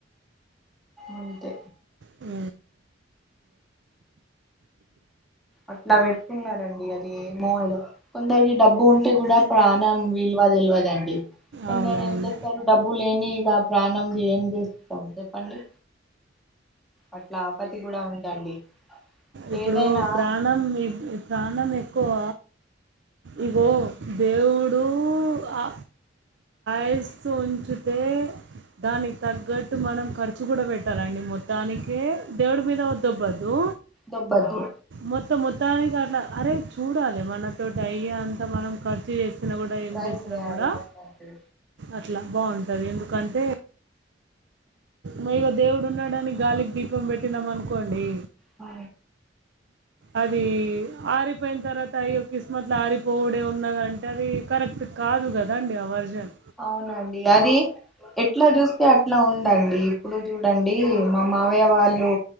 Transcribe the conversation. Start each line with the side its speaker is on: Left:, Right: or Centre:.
Centre: అంతే
Right: ఊ
Centre: అట్లా వెట్టుకున్నారండి అది ఏమో అదో కొందరికి డబ్బు ఉంటే గుడా ప్రాణం విల్వ దెల్వదండి కొందరు
Right: అవునవును
Centre: ఏం జెస్తరు డబ్బు లేని ఇగ ప్రాణం జి ఏం జేస్తాం జెప్పండి అట్లా ఆపతి గూడా ఉందండి
Right: ఇప్పుడూ
Centre: ఏదైనా
Right: ప్రాణం ఇది ప్రాణం ఎక్కువ ఇగో దేవుడూ ఆ ఐస్తు వుంచితే దానికి తగ్గట్టు మనం ఖర్చు గుడా పెట్టాలండి మొత్తానికి ఏ <unintelligible> దోబ్బద్దు
Centre: దుబ్బద్దు
Right: మొత్తం మొత్తానికి అట్లా అరే చూడాలి మనతోటి అయ్య అంతా మనం ఖర్చు చేస్త తినగు కూడా ఏం
Centre: ట్రై
Right: చేసినా
Centre: చేయాలి
Right: కూడా
Centre: అవునండి
Right: అట్లా బాగుంటది ఎందుకంటే మీదా దేవుడు ఉన్నాడని గాలికి దీపం పెట్టినాం అనుకోండి
Centre: అ
Right: అది ఆరిపోయిన తర్వాత అయొ కిస్మత్ లో ఆరిపోవుడే ఉన్నదంటే అది కరెక్ట్ కాదు కదండి ఆ వర్జన్
Centre: అవునండి అది ఎట్లా చూస్తే అట్లా ఉందండి ఇప్పుడు చూడండి మా మామయ్య వాళ్ళు